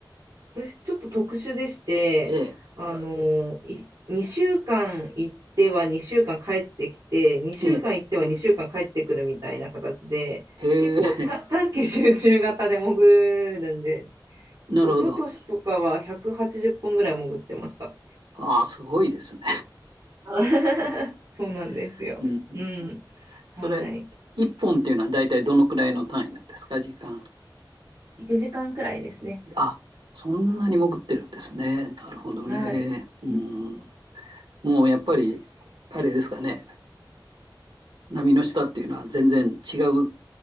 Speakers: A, on the right; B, on the right.
A: 私ちょっと特殊でして、
B: ええ、
A: あの、い、2週間行っては2週間帰ってきて、2週間行っては2週間帰ってくるみたいな形で、
B: ええ、へえ、
A: 結構た短期集中型で潜るんで、
B: <laughs> なるほど。
A: 一昨年とかは180本ぐらい潜ってました。
B: ああ、すごいですね。
A: <laughs> そうなんですよ。
B: <laughs> うんうん、
A: うん。
B: それ、
A: はい。
B: 1本っていうのは大体どのくらいの単位なんですか、時間。
A: 1時間くらいですね。
B: あ、そんなに潜ってるんですね。なるほどね。
A: はい。
B: うん。
A: うんうん
B: もうやっぱり、あれですかね。波の下っていうのは全然違う